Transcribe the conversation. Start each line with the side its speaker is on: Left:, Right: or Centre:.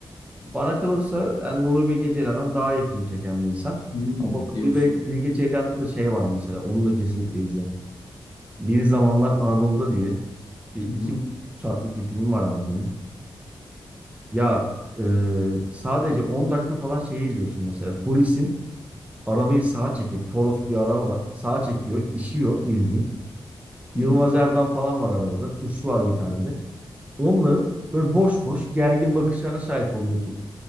Right: Bana kalırsa yani Nuri Bilge Ceylan'dan daha iyi film çeken bir insan.
Left: Hmm,
Right: Ama
Left: diyorsun.
Right: Nuri Bil- Bilge Ceylan'da da şey var mesela. Onu da kesinlikle izle. Bir Zamanlar Anadolu'da diye bir
Left: Hı
Right: iki
Left: hı,
Right: buçuk üç saatlik bir film var abi bunun. Ya e, sadece 10 dakika falan şeyi izliyorsun mesela. Polisin Arabayı sağa çekip Toros bir araba var. Sağa çekiyor, işiyor bildiğin. Yılmaz
Left: hı hı.
Right: Erdoğan falan var arabada. Suçlu var bir tane de. Onların böyle boş boş gergin bakışlarına şahit oluyorsun.